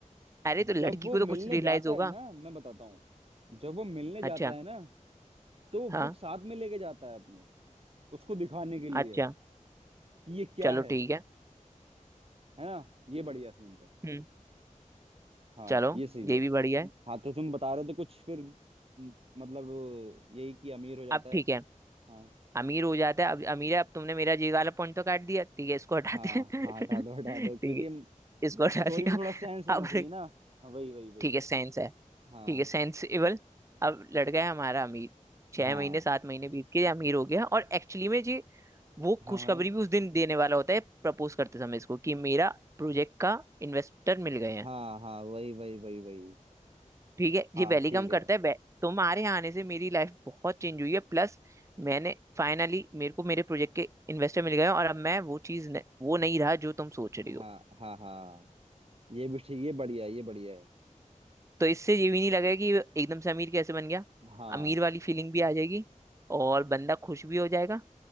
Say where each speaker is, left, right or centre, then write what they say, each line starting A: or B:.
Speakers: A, on the right (about 20°); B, on the right (about 45°).
A: अरे तो लड़की
B: जब वो
A: को
B: मिलने
A: तो कुछ रियलाइज
B: जाता
A: होगा
B: है ना मैं बताता हूँ जब वो मिलने जाता
A: अच्छा
B: है ना तो वो
A: हाँ
B: बुक साथ में लेके जाता है अपने उसको दिखाने के लिए
A: अच्छा
B: कि ये क्या
A: चलो
B: है
A: ठीक है
B: है ना ये बढ़िया सीन है
A: हम्म
B: हाँ
A: चलो
B: ये सही
A: ये
B: है
A: भी बढ़िया है
B: हाँ तो तुम बता रहे थे कुछ फिर म- मतलब यही कि अमीर हो जाता
A: अब
B: है
A: ठीक है
B: हाँ।
A: अमीर हो जाता है अब अमीर है अब तुमने मेरा जी वाला पॉइंट तो काट दिया ठीक है इसको हटाते
B: हाँ
A: हैं
B: हाँ
A: <laughs>
B: हटा दो हटा दो
A: ठीक
B: क्योंकि
A: है इसको हटा
B: स्टोरी
A: दिया
B: में थोड़ा सेंस होना
A: अब
B: चाहिए ना हाँ, वही वही वही
A: ठीक है सेंस है
B: हाँ
A: ठीक है सेंसिबल अब लड़का है हमारा अमीर छह
B: हाँ
A: महीने सात महीने बीत के अमीर हो गया और एक्चुअली में जी वो
B: हाँ
A: खुशखबरी
B: हाँ
A: भी उस दिन देने वाला होता है प्रपोज करते समय इसको कि मेरा प्रोजेक्ट का इन्वेस्टर मिल गए हैं
B: हाँ हाँ वही वही वही वही
A: ठीक है ये
B: हाँ
A: वेलकम
B: ठीक
A: करता
B: है
A: है वे- तुम्हारे यहाँ आने से मेरी लाइफ बहुत चेंज हुई है प्लस मैंने फाइनली मेरे को मेरे प्रोजेक्ट के इन्वेस्टर मिल गए हैं और अब मैं वो चीज न, वो नहीं रहा जो तुम सोच रही हो
B: हाँ हाँ हाँ ये भी ठीक ये बढ़िया है ये बढ़िया है
A: तो इससे ये भी नहीं लगेगा कि एकदम से अमीर कैसे बन गया
B: हाँ
A: अमीर वाली फीलिंग भी आ जाएगी और बंदा खुश भी हो जाएगा